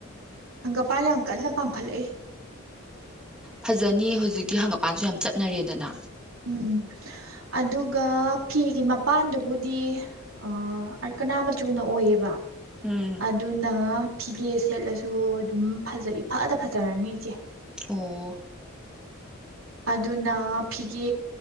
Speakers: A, on the right (about 75°); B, in the centre.
A: ꯍꯪꯒꯝꯄꯥꯟ ꯌꯥꯝ ꯀꯟꯅ ꯄꯥꯝꯈꯠꯂꯛꯏ
B: ꯐꯖꯅꯤꯌꯦ ꯍꯧꯖꯤꯛꯇꯤ ꯍꯪꯒꯝꯄꯥꯟꯁꯨ ꯌꯥꯝ ꯆꯠꯅꯔꯦꯗꯅ
A: ꯎꯝ ꯑꯗꯨꯒ ꯐꯤꯒꯤ ꯃꯄꯥꯟꯗꯨꯕꯨꯗꯤ ꯑ ꯑꯜꯀꯅꯥ ꯃꯆꯨꯅ ꯑꯣꯏꯌꯦꯕ
B: ꯎꯝ
A: ꯑꯗꯨꯅ ꯐꯤꯒꯦ ꯁꯦꯠꯂꯁꯨ ꯑꯗꯨꯝ ꯐꯖꯩ ꯏꯐꯗ ꯐꯖꯔꯅꯤ ꯏꯆꯦ
B: ꯑꯣ
A: ꯑꯗꯨꯅ ꯐꯤꯒꯦ